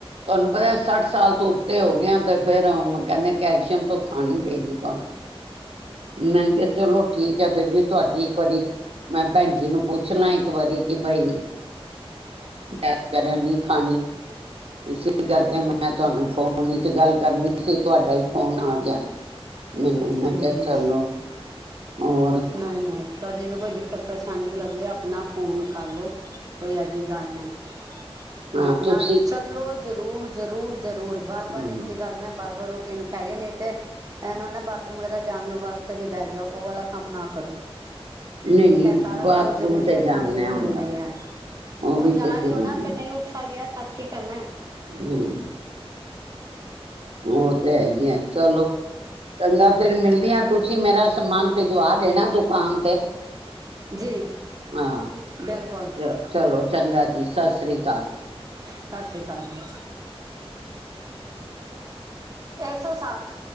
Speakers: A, on the right (about 70°); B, on the right (about 35°).
A: ਤੁਹਾਨੂੰ ਪਤਾ ਸੱਠ ਸਾਲ ਤੋਂ ਉੱਤੇ ਹੋ ਗਏ ਤੇ ਆ ਫੇਰ ਕਹਿੰਦੇ ਕੈਲਸ਼ੀਅਮ ਤੋਂ ਖਾਣੀ ਪਏਗੀ ਤੁਹਾਨੂੰ
B: ਹ
A: ਮੈਂ ਕਿਹਾ ਚਲੋ ਠੀਕ ਹੈ ਫੇਰ ਵੀ ਤੁਹਾਡੀ ਇੱਕ ਵਾਰੀ ਮੈਂ ਭੈਣ ਜੀ ਨੂੰ ਪੁੱਛ ਲਾ ਇੱਕ ਵਾਰੀ ਕਿ ਬਈ ਅ ਵਗੈਰਾ ਨਹੀ ਖਾਣੀ ਇਸ ਕਰਕੇ ਮੈਂ ਤੁਹਾਨੂੰ ਫੋਨ ਚ ਗੱਲ ਕਰਨੀ ਸੀ ਤੁਹਾਡਾ ਹੀ ਫੋਨ ਆ ਗਿਆ ਮੈਨੂੰ ਮੈਂ
B: ਹਮ
A: ਕਿਹਾ
B: ਹਮ
A: ਚਲੋ ਹੋਰ
B: ਨਹੀਂ ਨਹੀਂ ਕਦੇ ਵੀ ਕੋਈ ਦਿੱਕਤ ਪਰੇਸ਼ਾਨੀ ਲੱਗੇ ਆਪਣਾ ਫੋਨ ਕਰ ਲਓ ਕੋਈ ਇਹ ਜਿਹੀ ਗੱਲ ਨਹੀਂ ਪਰ
A: ਹਾਂ
B: ਆਪਣਾ
A: ਤੁਸੀਂ
B: ਚੱਲੋ ਜ਼ਰੂਰ ਜ਼ਰੂਰ ਜ਼ਰੂਰ ਬਾਰ
A: ਹਮ
B: ਬਾਰ ਇੱਕ ਹੀ ਗੱਲ ਮੈਂ ਬਾਰ ਬਾਰ ਰੋਟੀਨ ਖਾ ਰਹੀ ਹ ਨਹੀਂ ਤੇ ਇਹਨੂੰ ਨਾ ਭਾ ਬਾਥਰੂਮ ਵਗੈਰਾ ਜਾਣ ਵਾਸਤੇ ਵੀ ਬਹਿ ਜਾਓ ਉਹ ਵਾਲਾ ਕੰਮ ਨਾ ਕਰੋ
A: ਨਹੀਂ
B: ਠੀਕ
A: ਨਹੀਂ
B: ਹੈ ਸਾਰਾ
A: ਬਾਥਰੂਮ
B: ਕੰਮ ਜਰੂਰੀ
A: ਤੇ
B: ਹੈ
A: ਜਾਣਿਆ
B: ਇਹ ਕੰਮ ਵੀ ਜ਼ਰੂਰੀ
A: ਹੁੰਦਾ
B: ਹੈ ਉਹ
A: ਵੀ
B: ਜਾ
A: ਤੇ ਜ਼ਰੂਰੀ
B: ਰਹੇ ਹੋ ਨਾ ਫੇਰ ਨਹੀਂ ਉੱਠਾ ਗਿਆ ਤਦ ਕੀ ਕਰਨਾ
A: ਹਮ ਉਹ ਤੇ ਹੈ ਹੀ ਹੈ ਚਲੋ ਚੰਗਾ ਫੇਰ ਮਿਲਦੀਆਂ ਤੁਸੀਂ ਮੇਰਾ ਸਮਾਨ ਭਿਜਵਾ ਦੇਣਾ ਦੁਕਾਨ ਤੇ
B: ਜੀ
A: ਹਾਂ
B: ਬਿਲਕੁਲ।
A: ਚ ਚਲੋ ਚੰਗਾ ਜੀ, ਸਤਿ ਸ਼੍ਰੀ ਅਕਾਲ।
B: ਸਤਿ ਸ੍ਰੀ ਅਕਾਲ ਜੀ। ਏਕ ਸੌ ਸਾਠ।